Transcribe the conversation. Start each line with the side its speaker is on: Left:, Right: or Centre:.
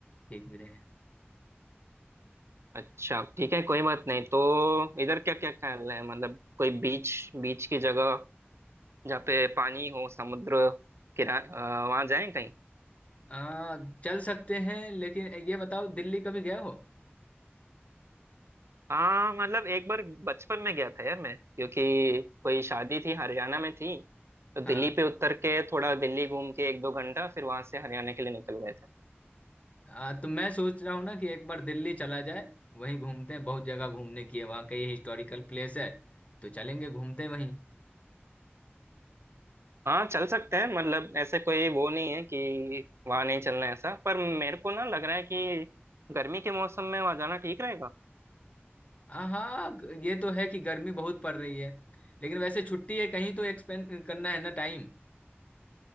Left: ठीक भी रहे
Right: अच्छा ठीक है कोई बात नहीं तो इधर क्या क्या ख्याल है मतलब कोई बीच बीच की जगह जहाँ पे पानी हो समुद्र किरा वहां जाएं कहीं
Left: आ, चल सकते हैं लेकिन ये बताओ दिल्ली कभी गए हो
Right: हाँ मतलब एक बार बचपन में गया था यार मैं क्योंकि कोई शादी थी हरियाणा में थी तो दिल्ली
Left: हाँ
Right: पे उतर के थोड़ा दिल्ली घूम के एक दो घंटा फिर वहां से हरियाणा के लिए निकल गए थे
Left: आ, तो मैं सोच रहा हूँ ना कि एक बार दिल्ली चला जाए वहीं घूमते हैं बहुत जगह घूमने की है वहाँ कई हिस्टोरिकल प्लेस है तो चलेंगे घूमते हैं वहीं
Right: हाँ चल सकते हैं मतलब ऐसे कोई वो नहीं है कि वहां नहीं चलना है ऐसा पर मेरे को ना लग रहा है कि गर्मी के मौसम में वहां जाना ठीक रहेगा
Left: आ, हाँ ग- ये तो है कि गर्मी बहुत पड़ रही है लेकिन वैसे छुट्टी है कहीं तो एक्सपेंड करना है ना टाइम